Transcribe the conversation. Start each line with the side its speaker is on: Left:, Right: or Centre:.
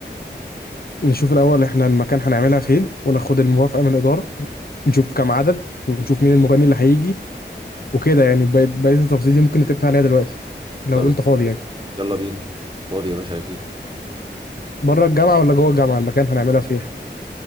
Left: نشوف الأول إحنا المكان هنعملها فين وناخد الموافقة من الإدارة نشوف كام عدد ونشوف مين المغني اللي هيجي وكده يعني بقية بقية التفاصيل دي ممكن نتفق عليها دلوقتي لو
Right: طب
Left: أنت فاضي يعني
Right: يلا بينا فاضي يا باشا اكيد
Left: بره الجامعة ولا جوه الجامعة المكان هنعملها فين